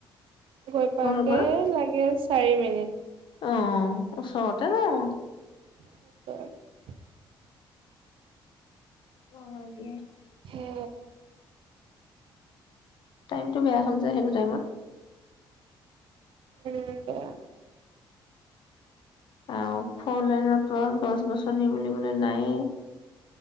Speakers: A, on the right; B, on the left.
A: গৈ পাকে
B: ঘৰৰ পৰা
A: লাগে চাৰি মিনিট
B: অ ওচৰতে ন
A: <inaudible>
B: অে <inaudible>
A: সে
B: টাইমটো বেয়া হ'ল যে সেইটো টাইমত
A: উম <inaudible>
B: আও ফৰ লাইনত আও গছ গছনি বুলিবলে নাইয়ে